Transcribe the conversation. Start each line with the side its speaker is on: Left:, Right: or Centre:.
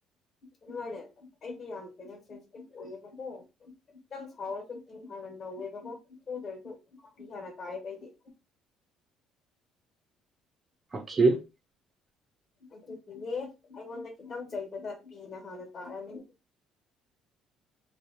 Left: ꯑꯗꯨꯃꯥꯏꯅ ꯑꯩꯗꯤ ꯌꯥꯝ ꯀꯦꯩꯅ ꯁꯦꯟꯁꯤꯇꯤꯞ ꯑꯣꯏꯌꯦꯕꯀꯣ
Right: ꯑꯟꯑꯣꯗꯤꯕꯜ
Left: ꯈꯤꯇꯪ ꯁꯥꯎꯔꯁꯨ ꯐꯤ ꯍꯥꯟꯅ ꯅꯧꯋꯦꯕꯀ ꯐꯨꯗ꯭ꯔꯁꯨ ꯐꯤ ꯍꯥꯟꯅ ꯇꯥꯏꯑꯕ ꯑꯩꯗꯤ
Right: ꯑꯣꯈꯦ ꯑꯟꯑꯣꯗꯤꯕꯜ
Left: ꯑꯗꯨꯒꯤꯅꯦ ꯑꯩꯉꯣꯟꯗ ꯈꯤꯇꯪ ꯆꯩꯕꯗ ꯀꯤꯅ ꯍꯥꯟꯅ ꯇꯥꯔꯝꯃꯤ